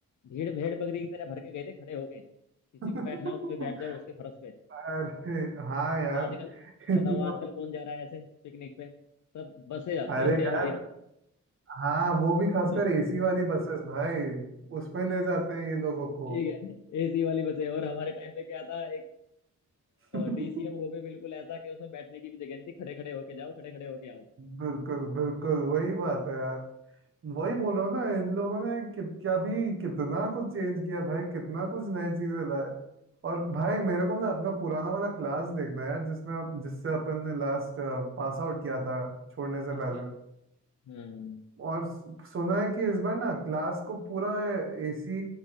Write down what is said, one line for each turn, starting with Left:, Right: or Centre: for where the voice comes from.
Left: भेड़ भेड़ बकरी की तरह भर के गए थे खड़े होके किसी
Right: <laughs>
Left: को बैठना है, उस पे बैठ जाओ उसके फर्श पे
Right: अरे हाँ यार
Left: आजकल
Right: इतना
Left: बताओ आजकल कौन जा रहा है ऐसे पिकनिक पे सब बसें जाती
Right: अरे
Left: हैं बढ़िया
Right: यार
Left: बढ़िया
Right: हाँ वो भी खासकर
Left: <laughs>
Right: एसी वाली बसेस भाई उसमें ले जाते हैं ये लोगों को
Left: ठीक है एसी वाली बसें और हमारे टाइम पे क्या था एक
Right: <laughs>
Left: डीसीएम वो भी बिल्कुल ऐसा कि उसमें बैठने की भी जगह नहीं थी खड़े खड़े होके जाओ खड़े खड़े होके आओ
Right: बिल्कुल बिल्कुल वही बात है यार वही बोल रहा हूँ ना इन लोगों ने कित क्या भी कितना कुछ चेंज किया भाई कितना कुछ नई चीजें लाए और भाई मेरे को ना अपना पुराना वाला क्लास देखना है यार जिसमें अप- जिससे अपन ने लास्ट पास आउट किया था छोड़ने से
Left: अच्छा
Right: पहले
Left: हम्म
Right: और सु- सुना है कि इस बार ना क्लास को पूरा एसी